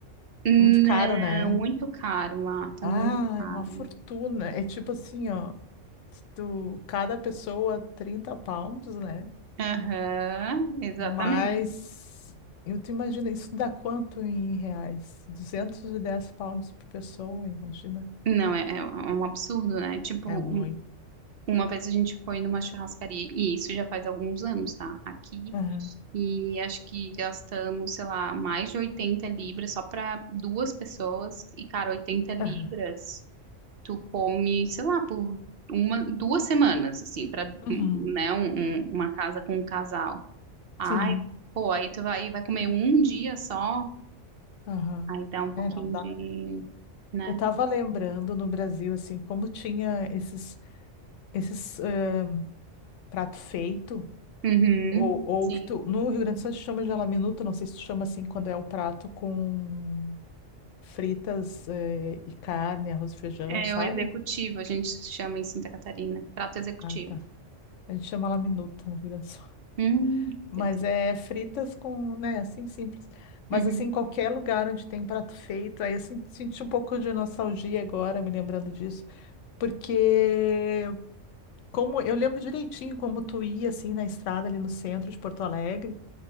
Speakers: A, on the right (about 55°); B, on the left (about 75°).
A: não,
B: É muito caro, né?
A: muito caro, Marta,
B: Ah,
A: muito caro.
B: é uma fortuna. É tipo assim, ó. Tu, cada pessoa 30 pounds, né?
A: Aham, exatamente.
B: Mas eu te imagino, isso dá quanto em reais? 210 pounds por pessoa, imagina.
A: Não, é, é um absurdo, né? Tipo,
B: É muito.
A: Uma vez a gente foi numa churrascaria, e isso já faz alguns anos, tá? Aqui,
B: Aham,
A: e acho que gastamos, sei lá, mais de 80 libras só para duas pessoas. E, cara, oitenta libras,
B: aham.
A: tu come, sei lá, por uma, duas semanas, assim, para,
B: Uhum,
A: né, um- um- uma casa com um casal. Ai,
B: Sim,
A: pô, aí tu vai, vai comer um dia só,
B: aham.
A: aí dá um pouquinho
B: É, não dá,
A: de,
B: né?
A: né?
B: Eu tava lembrando no Brasil, assim, como tinha esses, esses eh, prato feito,
A: Uhum.
B: ou, ou
A: Sim.
B: que tu, no Rio Grande do Sul se chama de laminuta, não sei se tu chama assim quando é o prato com fritas eh, e carne, arroz e feijão,
A: É
B: sabe?
A: o executivo, a gente chama em Santa Catarina, prato executivo.
B: Ah, tá. A gente chama laminuta no Rio Grande do Sul.
A: Hum,
B: Mas
A: interessante.
B: é fritas com, né, assim simples. Mas
A: Uhum.
B: assim, em qualquer lugar onde tem prato feito, aí eu sen- senti um pouco de nostalgia agora, me lembrando disso, porque como eu lembro direitinho como tu ia assim na estrada ali no centro de Porto Alegre,